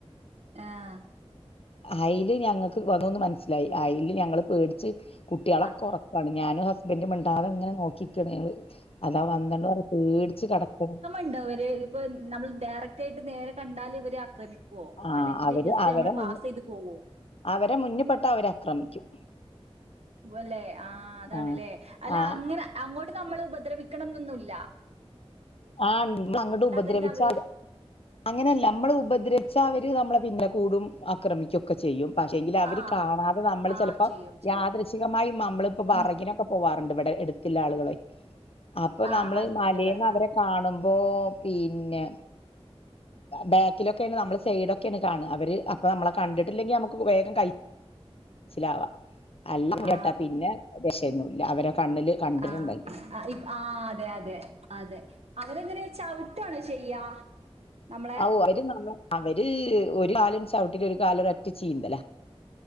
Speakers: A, on the right; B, on the left.
A: ആഹ
B: അയല് ഞങ്ങക്ക് വന്നന്ന് മനസ്സിലായി അയല് ഞങ്ങള്ൾ പേടിച്ച് കുട്ടികളൊക്ക
A: ആഹ്
B: ഉറക്കാണ് ഞാനും ഹസ്ബൻറുംമിണ്ടാതങ്ങനെ നോക്കിക്കാണങ്ങള് അതാ വന്നോണ്ട് പറഞ് പേടിച്ച് കിടക്ക
A: ണ്ടോ അവര് ഇപ്പ നമ്മൾ ഡയറക്റ്റ് ആയിട്ട് നേരെ കണ്ടാല് വര് അക്രമി ക്കോ
B: ആഹ്
A: അല്ലെങ്കിൽ
B: അവര്
A: ജസ്റ്റ്
B: അവരെ
A: നമ്മളെ പാസ്
B: മുന്ന്
A: ചെയ്ത് പോവോ
B: അവരെ മുന്നിപെട്ട അവര്ക്രമിക്കും
A: വുഅല്ലെ ആഹ് അതാണ്ല്ലേ
B: ആഹ്
A: അല്ല
B: ആഹ്
A: അങ്ങനെ അങ്ങോട്ട് നമ്മൾ ഉപദ്രവിക്കണം എന്നൊന്നുല്ല
B: ആഹ് ഇങ്ങള് അങ്ങട്ട് ഉപദ്രവിച്ചാല്
A: തന്നെ അവര്
B: അങ്ങനെയല്ല നമ്മള് ഉപദ്രിച്ച അവര് നമ്മളെ പിന്നല കൂടും ആക്രമിക്കും ക്കെ ചെയ്യും പക്ഷെങ്കിൽ അവര്
A: ആ
B: കാണാതെ നമ്മള്
A: ആ
B: ചിലപ്പോ
A: ചെയ്യും ചെയ്യും
B: യാദൃശികമായും നമ്മളിപ്പോ വറകിനൊക്കെ
A: ഉം
B: പോവാറുണ്ട് ഇവടെ എടുത്തില്ല ആളുകളെ അപ്പൊ
A: ആ
B: നമ്മള്
A: അടുത്തൊക്കെയുള്ള
B: മലേന്ന്
A: ആ
B: അവരെ കാണുമ്പോ പിന്നെ ബാക്കിലൊക്കെണ് നമ്മള് സൈഡൊക്കെണ് കാണാ അവര് അപ്പൊ നമ്മളെ കണ്ടിട്ടില്ലെങ്കി നമുക്ക് വേഗം കയി ച്ചിലാവാ <unintelligible>
A: ആ
B: പെട്ടാ പിന്നെ രക്ഷയൊന്നുംല്ല അവരെ കണ്ണില് കണ്ട്ട്ടുണ്ടെങ്കി
A: ആ ആ ഇ ആഅതെ അതെ അതെ അവര് എങ്ങനെ ചവ്ട്ടാണോ ചെയ്യാ നമ്മളെ
B: ആവൂ അവര് നമ്മ അവര് ഒരു കാല് ചവിട്ടിട്ട് ഒരു കാല് ഒരൊറ്റ ചീന്തലാ